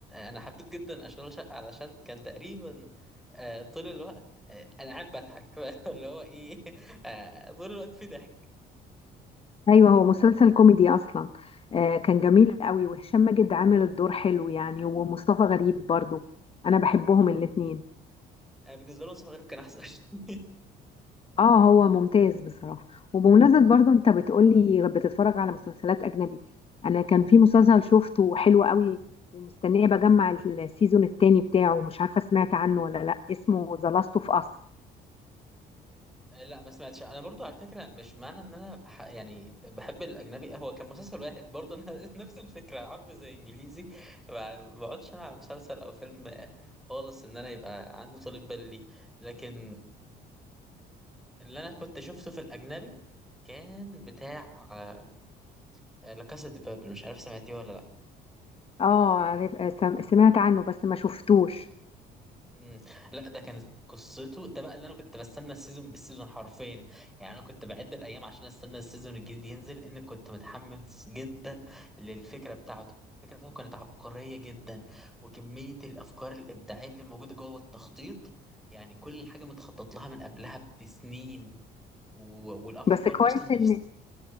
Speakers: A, in the centre; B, on the left.
A: انا حبيت جدا اشغال شقه علشان كان تقريبا آه، طول الوقت آه، انا قاعد بضحك <laughs> اللي هو ايه آه، طول الوقت في ضحك
B: ايوه هو مسلسل كوميدي اصلا آه، كان جميل قوي وهشام ماجد عامل الدور حلو يعني ومصطفى غريب برضو انا بحبهم الاتنين
A: أنا بالنسبة لي مصطفى غريب كان أحسن <laughs>
B: اه هو ممتاز بصراحة وبمناسبة برضو انت بتقولي بتتفرج على مسلسلات اجنبي انا كان في مسلسل شفته حلو قوي ومستنية بجمع السيزون التاني بتاعه مش عارفة سمعت عنه ولا لا اسمه ذا لاست اوف اس
A: آه، لا ما سمعتش أنا برضو على فكرة مش معنى إن أنا بح... يعني بحب الأجنبي هو كان مسلسل واحد برضو أنا <laughs> نفس الفكرة عربي زي إنجليزي ما ما بقعدش أنا على مسلسل أو فيلم آه، خالص إن أنا يبقى عندي طولة بال ليه لكن اللي أنا كنت شفته في الأجنبي كان بتاع آه، لا كاسا دي بابل مش عارف سمعتيه ولا لأ
B: اه عارف آه، سم- سمعت عنه بس ما شفتوش
A: مم. لا ده كانت قصته ده بقى اللي انا كنت بستنى السيزون بالسيزون حرفيا يعني انا كنت بعد الايام عشان استنى السيزون الجديد ينزل لان كنت متحمس جدا للفكره بتاعته الفكره بتاعته كانت عبقريه جدا وكميه الافكار الابداعيه اللي موجوده جوه التخطيط يعني كل حاجه متخطط لها من قبلها بسنين و... والافكار
B: بس كويس
A: اصلا
B: ان
A: نفسها